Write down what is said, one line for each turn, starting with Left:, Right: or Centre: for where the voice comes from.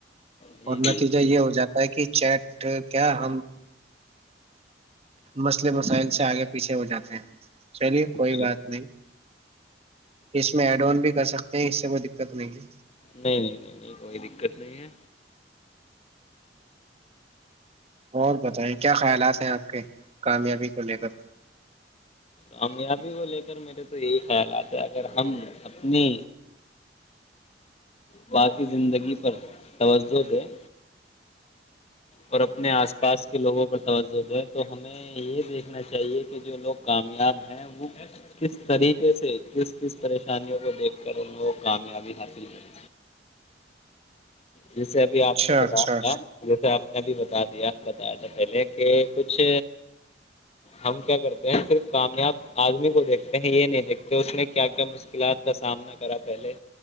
Left: جی
Right: اور
Left: جی
Right: نتیجہ یہ ہو جاتا پ کی چیٹ کیا ہم مسئلے مسائل سے آگے پیچھے ہو جاتے ہیں چلیے
Left: جی
Right: کوئی بات نہیں اس میں ایڈ آن بھی کر سکتے ہیں اس سے کوئی دقت نہیں ہے
Left: نہیں نہیں نہیں نہیں کوئی دقت نہیں ہے
Right: اور بتائیں کیا خیالات ہیں آپ کے کامیابی کو لے کر
Left: کامیابی کو لے کر میرے تو یہی خیالات ہے اگر ہم اپنی باقی زندگی پر توجہ دیں اور اپنے آس پاس کے لوگوں پر توجہ دے تو ہمیں یہ دیکھنا چاہیے کہ جو لوگ کامیاب ہیں وہ کس طریقے سے کس کس پریشانیوں کو دیکھ کر ان لو کو کامیابی حاصل کر جیسے ابھی آپ
Right: اچھا
Left: نے بتایا
Right: اچھا
Left: جیسے آپ نے ابھی ب بعد یہ بتایا تھا پہلے کہ کچھ ہم کیا کرتے ہیں پرف کامیاب آدمی کو دیکھتے ہیں یہ نہیں دیکھتے اس نے کیا کیا مشکلات کا سامنا کرا پہلے